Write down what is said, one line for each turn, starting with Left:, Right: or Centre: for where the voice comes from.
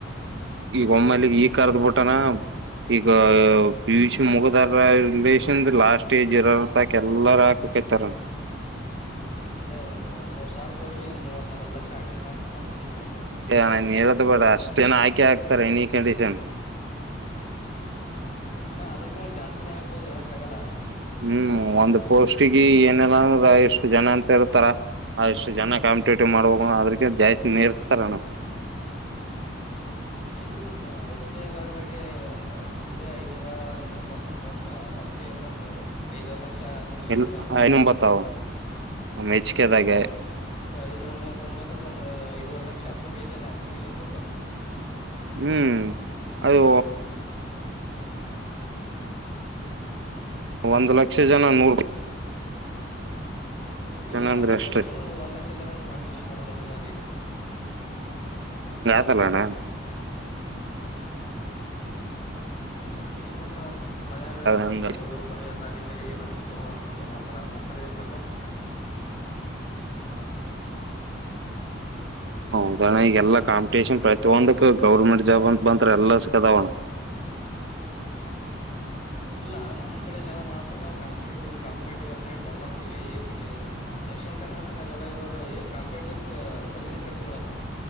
Right: ಈಗ ಒಮ್ಮಲ್ಲ
Left: ಹ್ಮ್
Right: ಈಗ ಕರ್ದ ಬಿಟ್ಟಾನ. ಈಗ ಪಿ, ಯು, ಸಿ ಮುಗದಾರ ರಿಲೇಷನ್ ಲಾಸ್ಟ್ ಏಜ್ ಇರ ತಕ ಎಲ್ಲಾರ ಹಾಕಕತಾರ.
Left: ಅದೇ ಒಂದು ಮೂರ್ ಸಾವಿರ ಪೋಸ್ಟ್ ಏನ್ ಮೂವತ್ ನಲ್ವತ ಲಕ್ಷ ಹಾಕಂಗ ಕಾಣತದ ಅಪ್ಲಿಕೇಶನ್. ಆಕ್
Right: ಅಣ ನೀನ ಹೇಳದೆ ಬೇಡ ಅಷ್ಟುಏನ ಹಾಕೆ ಹಾಕ್, ಎನಿ ಕಂಡಷನ್.
Left: ಇನ್ನು ಅದರಕಿ ಜಾಸ್ತಿನೇ ಆಕಗ್ಬಹುದು ಹೇಳಕ್, ಹಾಗೆಲ್ಲ.
Right: ಹ್ಮ್, ಒಂದ್ ಪೋಸ್ಟಗಿ ಏನಲ್ಲ ಅಂದ ಇಷ್ಟು ಜನ ಅಂತ ಇರ್ತಾರ. ಆ ಇಷ್ಟು ಜನ ಕಾಂಪಿಟೇಟಿವ್ ಮಾಡ್ಬೇಕ ಅದ್ರಕಿನ ಜಾಸ್ತಿ ಮೀರ್ಸ್ತಾರ ಅಣ್ಣ.
Left: ಎಲ್ಲಿ ನಮ್ಮ ಹೆಚ್, ಕೆ ಭಾಗದಾಗೆ. ಒಂದ್ ಇರುದೇ ಐದ್ನೂರ ತೊಂಬತ್ತನ್ ಪೋಸ್ಟ್ ಅವ. ಅದಕ್ಕೆ ಎಲ್ಲಿ ಒಂದು ಐದವರೆ ಲಕ್ಷ ಅಪ್ಲಿಕೇಶನ್
Right: ಇಲ್ಲ
Left: ಬೂತ ಅನ್ಸತದ
Right: ನುಂಬತ್ತಾವ ಮೆಚ್ಚಿಗೆದಾಗೆ <unintelligible>
Left: ಹ, ಐದನೂರ ಮೂವತರೊಂಬತ್ತಕ್, ಒ ಐದವರೆ ಲಕ್ಷ ಅಪ್ಲಿಕೇಶನ್, ಅಪ್ಲಿಕೇಶನ್ ಬೂತಾವ.
Right: ಹ್ಮ್, ಅದು ಒಂದು ಲಕ್ಷ ಜನ ನೂರು
Left: ಹ್ಮ್, ಇಲ್ಲಾ
Right: ಅಂದ್ರೆ
Left: ಒಂದೇ
Right: ಅಷ್ಟೇ
Left: ಪೋಸ್ಟ್ ಒಂದ್ ಲಕ್ಷ ಜನ ಕಾಂಪಿಟೀಷನ್ ಮಾಡ ಬಂದಿನ ಅದಾಈಗ.
Right: ಲಣ <unintelligible>
Left: ಹ್ಮ್, ಏನಪ್ಪಾ... ಮನ್ಯಾಗ ಗೊತ್ತ
Right: ಹಂಗ
Left: ಇವ್ರು ಬರೇ ಶಾಲಿ ಕಲಿ ನೌಕ್ರರು ತಗೋ ನೌಕ್ರ ತಗೊಂತರ ನೌಕರಿ, ತಗೊಂಡ
Right: ಹೌದಣ, ಈಗೆ ಎಲ್ಲಾ ಕಾಂಪಿಟೇಷನ್ ಪ್ರತಿಯೊಂದಕ್ ಗೌರ್ಮೆಂಟ್ ಜಾಬ್ ಅಂತ ಬಂದ್ರ ಎಲ್ಲಸುಅದಾವಣ್ಣ.
Left: ಇಲ್ಲ ನಮ್ಮ್ ಕಡೆ ಜನ ಮಾತ್ರ ನಾವು ಕಾಂಪಿಟೇಟಿವ್ ಕಾಂಪಿಟೇಟಿವ್ ಅಂತಿ ಬರ್ತಾಡ್ತತಿವಿ. ಈ ಕಡೆ ದಕ್ಷಿಣ ಕರ್ನಾಟಕ ಅಲ್ಲ ಇರೋರು ಏನ್ ಕಾಂಪಿಟೇಟಿವ್ ತಲೀನೆ ಕೆಡಸಿಕೊಳಲ್ಲ.